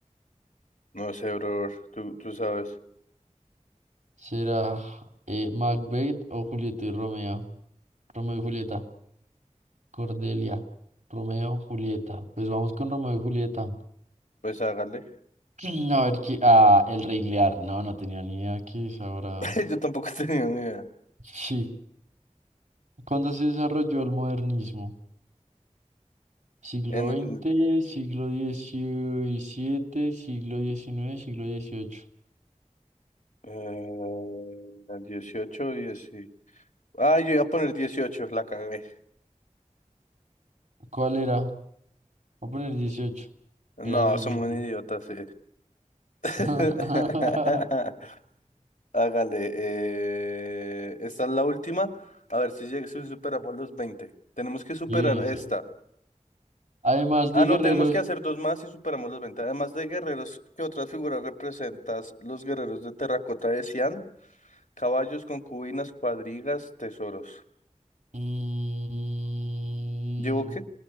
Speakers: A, on the left (about 85°); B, on the right (about 75°).
A: No sé, bro, tú, tú sabes.
B: ¿Será eh, Macbeth o Julieta y Romeo? Romeo y Julieta. Cordelia. Romeo, Julieta. Pues vamos con Romeo y Julieta.
A: Pues hágale.
B: <clears throat> A ver qué. Ah, el Rey Lear. No, no tenía ni idea que es ahora.
A: <laughs> Yo tampoco tenía ni idea.
B: Sí. ¿Cuándo se desarrolló el modernismo? Siglo
A: En
B: veinte
A: el,
B: siglo XVII, siglo diecinueve siglo dieciocho
A: eh, en el dieciocho, 10. y- Ah, yo iba a poner 18, la cagué.
B: ¿Cuál era? Voy a poner dieciocho
A: No,
B: Era en el
A: somos
B: veinte
A: un idiota, sí. <laughs>
B: <laughs>
A: Hágale, eh, esta es la última. A ver si, lleg- si superamos los 20. Tenemos que superar
B: Listo.
A: esta.
B: Además
A: Ah,
B: de
A: no,
B: guerreros,
A: tenemos que hacer dos más y superamos los 20. Además de guerreros, ¿qué otras figuras representas los guerreros de terracota de Xi'an? Caballos, concubinas, cuadrigas, tesoros.
B: mm,
A: ¿Llevo qué?